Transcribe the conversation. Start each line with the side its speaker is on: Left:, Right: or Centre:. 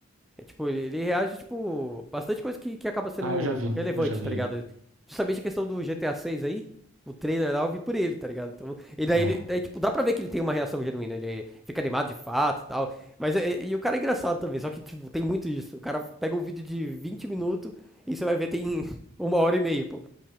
Centre: É, tipo, ele reage, tipo, bastante coisa que, que acaba sendo
Right: ah, eu já vi,
Centre: relevante,
Right: eu já vi
Centre: tá ligado?
Right: ele.
Centre: Justamente a questão do GTA seis aí, o trailer lá eu vi por ele, tá ligado? Então, e daí,
Right: É,
Centre: ele- daí, tipo, dá pra ver que ele tem uma reação genuína, ele fica animado de fato e tal. Mas, é- e, o cara é engraçado também, só que, tipo, tem muito isso. O cara pega um vídeo de 20 minutos e você vai ver tem <laughs> uma hora e meia, pô.